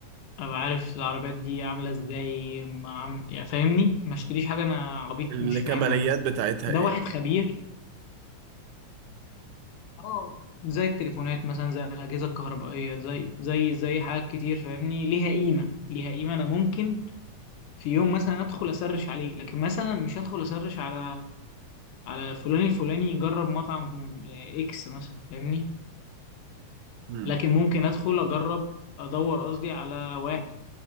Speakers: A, on the left; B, on the right.
A: ابقى عارف العربيات دي عاملة ازاي ما عم... يعني فاهمني ما اشتريش حاجة انا عبيط
B: الكماليات
A: مش فاهمها كده
B: بتاعتها
A: ده
B: ايه
A: واحد خبير اه زي التليفونات مثلا زي الأجهزة الكهربائية زي زي زي حاجات كتير فاهمني ليها قيمة ليها قيمة أنا ممكن في يوم مثلا أدخل أسرش عليه لكن مثلا مش هدخل أسرش على على فلان الفلاني يجرب مطعم آه، اكس مثلا فاهمني
B: مم.
A: لكن ممكن ادخل اجرب ادور قصدي على واحد